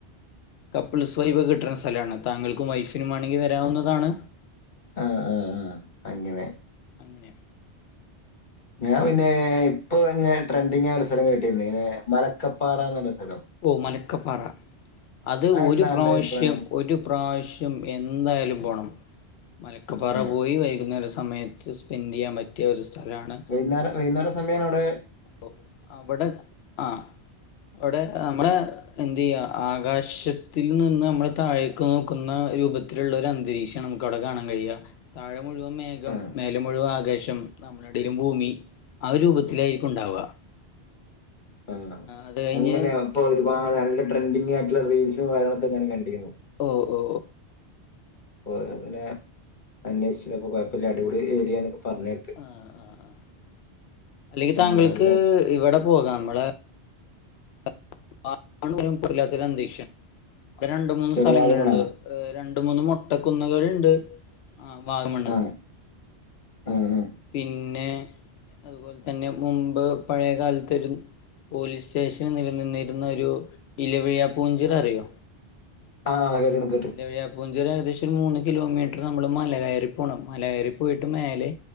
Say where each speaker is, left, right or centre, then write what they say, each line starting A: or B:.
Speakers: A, on the left; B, on the left.
A: കപ്പിൾസ് വൈബ് കിട്ടണ സ്ഥലാണ് താങ്കൾക്കും വൈഫിനും വേണെങ്കി വരാവുന്നതാണ്
B: ആഹ് ആഹ് ആഹ് അങ്ങനെ
A: അങ്ങനെ
B: ഞാൻ പിന്നെ ഇപ്പൊ ഞാൻ ട്രെൻഡിങ്ങായ ഒരു സ്ഥലം കേട്ടീരുന്ന് ഇങ്ങനെ മലക്കപ്പാറാന്ന് പറഞ്ഞ സ്ഥലം
A: ഓ മലക്കപ്പാറ അത്
B: അതെന്താ
A: ഒരു പ്രാവശ്യം
B: അന്റെ അഭിപ്രായം
A: ഒരു പ്രാവശ് ശ്യം എന്തായാലും പോണം മലക്കപ്പാറ
B: ഏ
A: പോയി വൈകുന്നേര സമയത്ത് സ്പെൻഡ് ചെയ്യാൻ പറ്റിയ ഒരു സ്ഥലാണ്
B: <unintelligible> വൈകുന്നേര സമയമാണ് അവ്ടെ
A: ഒ അവിടെ ആഹ് അവിടെ നമ്മടെ എന്ത് ചെയ്യാ ആകാശത്തിൽ നിന്ന് നമ്മള് താഴേക്ക് നോക്കുന്ന രൂപ ത്തിലുള്ള ഒരന്തരീക്ഷാണ് നമ്മുക്കവിടെ കാണാൻ കഴിയ താഴെ മുഴുവൻ മേഘം
B: ആ
A: മേലെ മുഴുവൻ ആകാശം <unintelligible> ഭൂമി ആ ഒരു രൂപത്തിലായിരിക്കും ഉണ്ടാവുക
B: ആഹ്
A: അത് കഴിഞ്ഞ്
B: എങ്ങനെയാ അപ്പൊ ഒരുപാട് നല്ല ട്രെൻഡിങ്ങായിട്ടുള്ള റീൽസും കാര്യങ്ങളൊക്കെ ഇങ്ങനെ കണ്ടീന്നു
A: ഓ ഓ
B: അപ്പൊ അങ്ങനെ അന്വേഷിച്ച് ചെന്നപ്പൊ കൊഴപ്പ ഇല്ല അടിപൊളി ഏരിയാന്നൊക്കെ പറഞ്ഞ്
A: ആഹ് ആഹ് ആഹ് അല്ലെങ്കി
B: ആ,
A: താങ്കൾക്ക്
B: എന്താ
A: ഇവിടെ പോകാം നമ്മളെ <unintelligible> വല്ലാത്തൊരന്തരീക്ഷ ഇവിടെ രണ്ട് മൂന്ന്
B: ഇവിടെ
A: സ്ഥലങ്ങളുണ്ട്
B: വാഗമണോ
A: ഏഹ് രണ്ട് മൂന്ന് മൊട്ട കുന്നുകളുണ്ട് ആഹ് വാഗമണ്
B: ആ <unintelligible>
A: പിന്നെ അതുപോലെ തന്നെ മുമ്പ് പഴയ കാലത്തൊര് പോലീസ് സ്റ്റേഷൻ നിലനിന്നിരുന്നൊരു ഇലവീഴാ പൂഞ്ചിറ അറിയോ?
B: ആഹ് <unintelligible>
A: ഇല വിഴാ പൂഞ്ചിറ ഏകദേശം മൂന്ന് കിലോമീറ്റർ നമ്മള് മല കെയറി പോണം മല കയറി പോയിട്ട് മേലെ